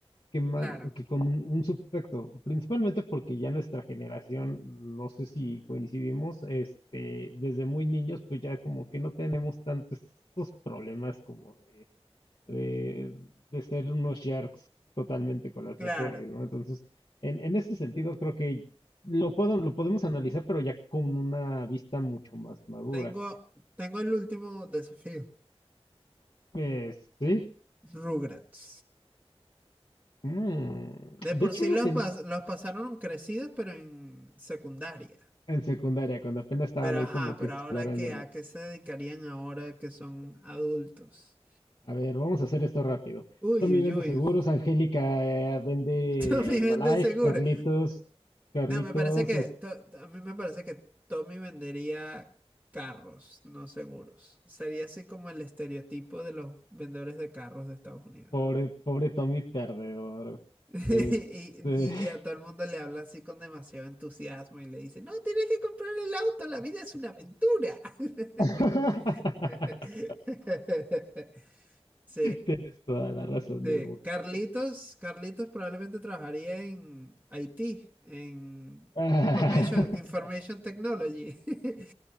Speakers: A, on the left (about 55°); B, on the right (about 15°).
A: que, ma-
B: Claro,
A: que con un subtexto, principalmente porque ya nuestra generación, no sé si coincidimos, este, desde muy niños, pues ya como que no tenemos tantos esos problemas como de, de, de ser unos sharks totalmente con las
B: claro.
A: mujeres, ¿no? Entonces, en, en ese sentido, creo que lo puedo, lo podemos analizar, pero ya con una vista mucho más madura.
B: Tengo, tengo el último desafío.
A: Eh, sí.
B: Rugrats.
A: mm,
B: De
A: De
B: por
A: hecho,
B: sí
A: ellas
B: los, pas- los pasaron crecidos, pero en secundaria.
A: en secundaria, cuando apenas estaban
B: Pero
A: ahí
B: ajá,
A: como
B: pero
A: que explorando
B: ahora qué, ¿a qué se dedicarían ahora que son adultos?
A: A ver, vamos a hacer esto rápido.
B: Uy,
A: Tommy
B: uy,
A: vende
B: uy.
A: seguros, Angélica eh, vende
B: <laughs> Tommy
A: Herbalife,
B: vende seguro.
A: Carlitos, Carlitos
B: No, me parece que,
A: es
B: to- a mí me parece que Tommy vendería carros, no seguros. Sería así como el estereotipo de los vendedores de carros de Estados Unidos.
A: pobre, pobre Tommy perdedor.
B: <laughs>
A: Este...
B: Y, y- y a todo el mundo le habla así con demasiado entusiasmo y le dice, no, tienes que comprar el auto, la vida es una aventura. <laughs>
A: <laughs>
B: Sí,
A: Tienes toda la razón
B: sí.
A: del mundo.
B: Carlitos,
A: amigo.
B: Carlitos probablemente trabajaría en IT, en
A: <laughs>
B: Information, Information Technology. <laughs>